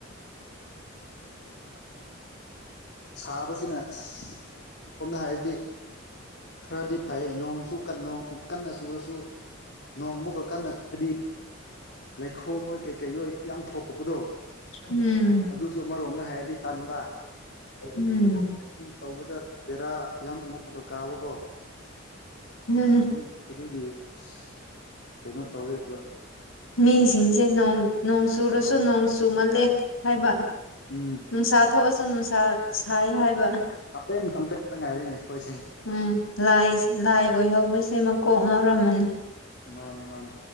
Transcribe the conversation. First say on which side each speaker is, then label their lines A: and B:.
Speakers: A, on the left; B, on the left.
A: ꯁꯥꯕꯁꯤꯅ ꯑꯁ <unintelligible> ꯍꯥꯏꯔꯗꯤ ꯈꯔꯗꯤ ꯐꯩꯌꯦ ꯅꯣꯡꯁꯨ ꯅꯣꯡ ꯀꯟꯅ ꯆꯨꯔꯁꯨ ꯅꯣꯡꯃꯨꯛꯀ ꯀꯟꯅꯗꯤ <inaudible> ꯂꯩꯈꯣꯝ ꯑꯣꯏ ꯀꯩꯀꯩ ꯑꯣꯏ ꯌꯥꯝ ꯊꯣꯛꯄꯗꯣ
B: ꯎꯝ
A: ꯑꯗꯨꯁꯨ ꯑꯃꯔꯣꯝꯗ ꯍꯥꯏꯔꯗꯤ ꯇꯟꯕ
B: ꯎꯝ
A: ꯇꯧꯕꯗ ꯕꯦꯔꯥ ꯌꯥꯝ ꯃꯨꯒ ꯀꯥꯕꯀꯣ
B: ꯗꯨꯨꯅꯦ
A: ꯑꯗꯨ ꯑꯗꯨꯒꯤ ꯑꯁ ꯀꯩꯅꯣ ꯇꯧꯋꯦꯕ
B: ꯃꯤꯁꯤꯡꯁꯦ ꯅꯣꯡ ꯅꯣꯡ ꯆꯨꯔꯁꯨ ꯅꯣꯡ ꯆꯨꯃꯜꯂꯦ ꯍꯥꯏꯕ
A: ꯎꯝ
B: ꯅꯨꯡꯁꯥ ꯊꯣꯛꯑꯁꯨ ꯅꯨꯡꯁꯥ ꯁꯥꯏ ꯍꯥꯏꯕ
A: ꯀꯝꯄ꯭ꯂꯦꯟ ꯀꯝꯄ꯭ꯂꯦꯟꯇ ꯉꯥꯏꯔꯦꯅꯦ ꯈꯣꯏꯁꯦ
B: ꯎꯝ ꯂꯥꯏ ꯂꯥꯏ ꯑꯣꯏꯍꯧꯕꯁꯦ ꯃꯀꯣꯛ ꯉꯎꯔꯝꯃꯅꯤ
A: ꯃꯥꯟꯅꯦ ꯃꯥꯟꯅꯦ